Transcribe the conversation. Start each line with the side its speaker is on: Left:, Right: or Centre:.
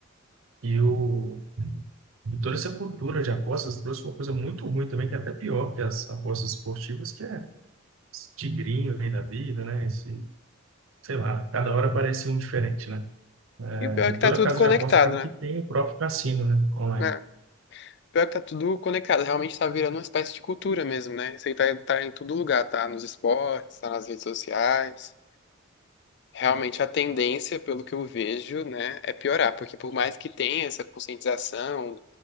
Right: e o E toda essa cultura de apostas trouxe uma coisa muito ruim também, que é até pior que as apostas esportivas, que é esse tigrinho aí da vida, né? Esse, sei lá, cada hora aparece um diferente, né? É,
Left: E o pior é
Right: E
Left: que
Right: toda
Left: tá tudo
Right: casa
Left: conectado,
Right: de aposta acaba que
Left: né?
Right: tem o próprio cassino, né? Online.
Left: É, o pior é que tá tudo conectado. Realmente tá virando uma espécie de cultura mesmo, né? Isso aí tá, tá em todo lugar, tá nos esportes, tá nas redes sociais. Realmente a tendência, pelo que eu vejo, né, é piorar, porque por mais que tenha essa conscientização,